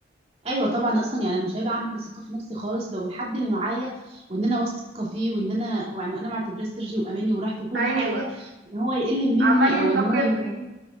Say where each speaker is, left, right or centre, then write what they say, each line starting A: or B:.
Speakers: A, on the right; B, on the right.
A: ايوه طبعا اصلا يعني انا مش هيبقى عندي ثقه في نفسي خالص لو الحد اللي معايا وان انا واثقه فيه وان انا يعني انا معتبراه سري واماني وراحتي وكل
B: ايوه
A: حاجه ان هو يقل مني
B: عمال ينتقدني
A: او ان هو يديني